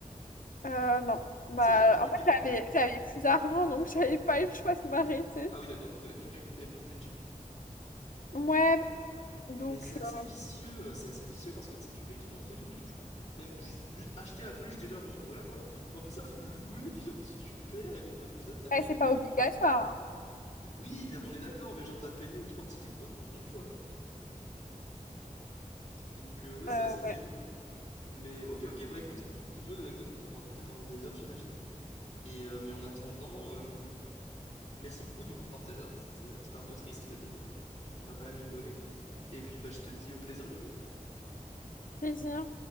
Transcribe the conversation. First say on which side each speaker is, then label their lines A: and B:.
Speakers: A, on the left; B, on the left.
A: Euh, non. Bah,
B: C'est la patte du
A: en fait,
B: gain, un peu.
A: j'avais j'avais plus d'argent, donc <laughs> j'avais pas eu le choix de m'arrêter.
B: Ah oui, d'accord, en fait, t'avais plus rien, t'avais plus de budget.
A: Ouais, donc,
B: Mais c'est assez
A: euh,
B: vicieux, euh, c'est assez vicieux parce que, tu sais, tu payes ton entrée et tout, tout, tu... Même juste, juste acheter la peluche, déjà, bon, voilà, quoi. En plus, ça, faut jouer, puis en plus, tu perds, et donc, bah, en fait, t'as payé,
A: ouais, c'est pas
B: mais t'as
A: obligatoire.
B: rien
A: hein.
B: Oui, bien, on est d'accord, mais genre t'as payé trois tickets quoi, en une fois là. Donc euh, ouais, c'est
A: Euh,
B: assez terrible.
A: ouais.
B: Mais ok, ok, bah écoute, donc tu vois, des anecdotes on peut en raconter pendant des heures, j'imagine. Et euh, mais en attendant, euh, merci beaucoup de m'avoir partagé, ça, c'était euh, c'était un peu triste, mais bon, euh, on a quand même rigolé. Et puis bah je te dis au plaisir du coup.
A: Plaisir.